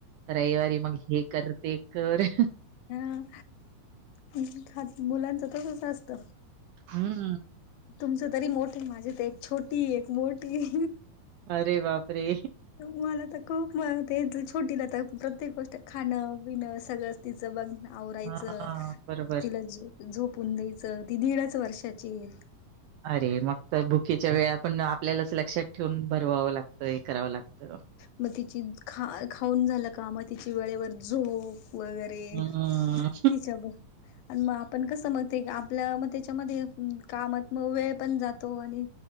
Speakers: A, on the right (about 80°); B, on the left (about 80°).
A: रइवारी मग हे कर ते कर.
B: अं, हं खत मुलांच तसच असत.
A: हं.
B: तुमच तरी मोठे. माझी त एक छोटी एक मोठी.
A: अरे बापरे!
B: तूम्हाला त खूप म ते छोटीला आ तर प्रत्येक गोष्ट खाणं पिणं सगळंच तिचं बघण. आवरायचं
A: हा बरोबर
B: तिला झो-झोपून द्यायचं. ती दीडच वर्षाचीये.
A: अरे मग तर भुकेच्या वेळा पण आपल्यालाच लक्षात ठेवून भरवावं लागतं, हे करावं लागत.
B: म तिची खा-खाऊन झालं का म तिची वेळेवर झोप वैगरे
A: हं,
B: ते
A: हां.
B: तिच्या ब अन म आपण कसं म ते आपल्या म त्याच्यामध्ये कामात मग वेळ पण जातो आणि